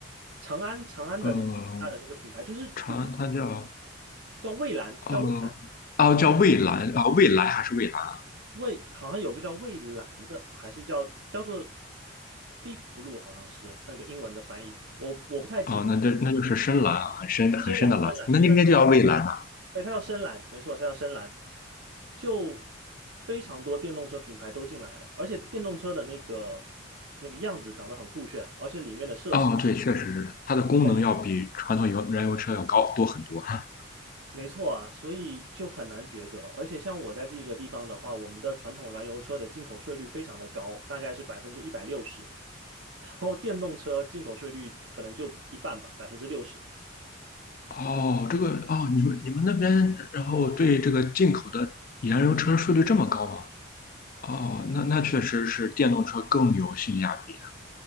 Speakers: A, on the right; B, on the left.
A: 长安长安的那个旗下的那个品牌，
B: 呃，
A: 就是国内
B: 长安它叫
A: 叫蔚蓝，叫蔚蓝，
B: 呃，哦叫蔚蓝啊，蔚蓝还是蔚蓝？
A: 蔚好像有个叫蔚蓝的，还是叫叫做 Deep Blue，好像是那个英文的翻译，我我不太记得。
B: 哦，那这那就是深蓝啊，很深的很深的蓝色，
A: 深蓝，深蓝，
B: 那应该就叫蔚蓝了。
A: 深蓝，对，它叫深蓝，没错，它叫深蓝。就非常多电动车品牌都进来了，而且电动车的那个那个样子长得很酷炫，而且里面的设施。
B: 哦，对，确实是的，它的功能要比传统油燃油车要高多很多。
A: 对。
B: <laughs>
A: 没错啊，所以就很难抉择。而且像我在这个地方的话，我们的传统燃油车的进口税率非常的高，大概是百分之一百六十，然后电动车进口税率可能就一半吧，百分之六十。
B: 哦，这个哦，你们你们那边，然后对这个进口的燃油车税率这么高吗？哦，那那确实是电动车更有性价比啊。